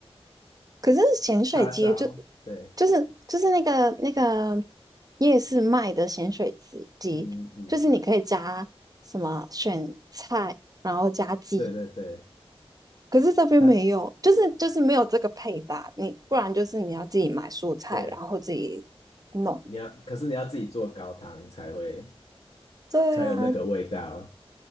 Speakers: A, on the right; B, on the left.
A: 可是咸水鸡就
B: 叉烧，对，
A: 就是就是那个那个夜市卖的咸水鸡鸡，
B: 嗯嗯，
A: 就是你可以加什么选菜，然后加鸡。
B: 对对对，
A: 可是这边没有，
B: 它
A: 就是就是没有这个配搭，你不然就是你要自己买蔬菜，
B: 对，
A: 然后自己弄。
B: 你要，可是你要自己做高汤才会
A: 对啊，
B: 才有那个味道